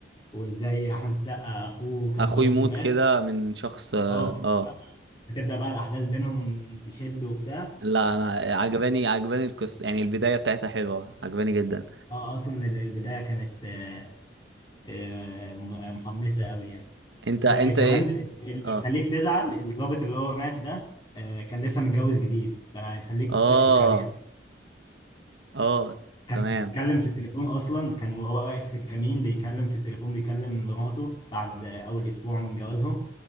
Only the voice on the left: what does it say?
وإزاي أحمد السقا أخوه كان
ضابط
ومات
أه
بتبدأ بقى الأحداث بينهم تشد وبتاع
أه أصلا ال- البداية كانت آه، آه، م- محمسة أوي يعني
وكمان
اللي بيخليك
تزعل الضابط اللي هو مات ده آه، كان لسه متجوز جديد فهيخليك
تشفق عليه
كان
بيتكلم في التليفون اصلا كان وهو واقف في الكمين بيتكلم في التليفون بيكلم مراته بعد اول اسبوع من جوازهم